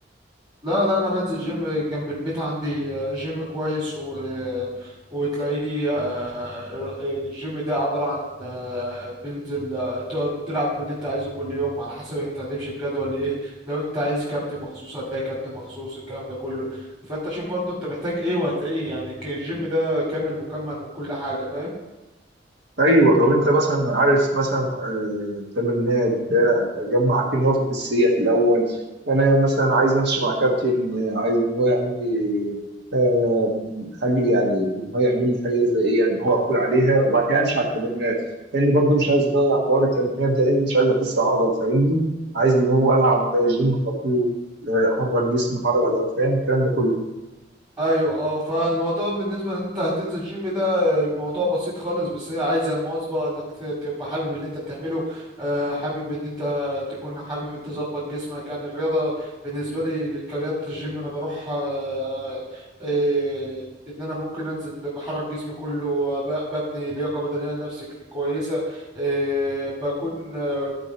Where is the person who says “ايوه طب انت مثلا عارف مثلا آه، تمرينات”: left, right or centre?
Right